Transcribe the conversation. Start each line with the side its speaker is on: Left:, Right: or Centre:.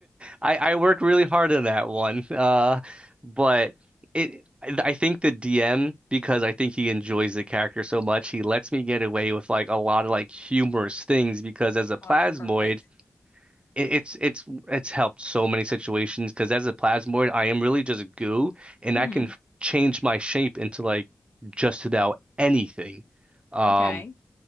Right: I I worked really hard on that one. Uh but it I I think the DM, because I think he enjoys the character so much, he lets me get away with like a lot of like humorous things because as a plasmoid,
Left: Oh, that's perfect.
Right: it- It's it's it's helped so many situations because as a plasmoid, I am really just goo, and
Left: Mm-hmm.
Right: I can f- change my shape into like just about anything. Um,
Left: Okay.